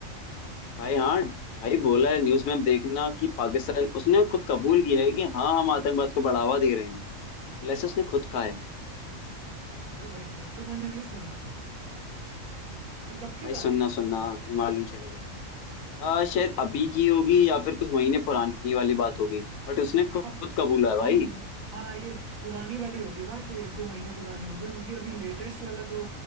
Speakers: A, on the left; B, on the right.
A: भाई हाँ भाई बोला है न्यूज में आप देखना कि पाकिस्तान उसने खुद कबूल किया है कि हाँ हम आतंकवाद को बढ़ावा दे रहे हैं लेकिन उसने खुद कहा है
B: अरे भाई ये तो मैंने नहीं सुना था ये कब की
A: भाई सुनना
B: बात है
A: सुनना तुम्हें मालूम चलेगा आ, शायद अभी की होगी या फिर कुछ महीने पुरानी वाली बात होगी बट उसने खुद
B: अब
A: खुद कबूला है
B: हम
A: भाई
B: हाँ ये पुरानी वाली होगी बात एक दो महीने पुरानी होगी क्योंकि अभी लेटेस्ट वाला तो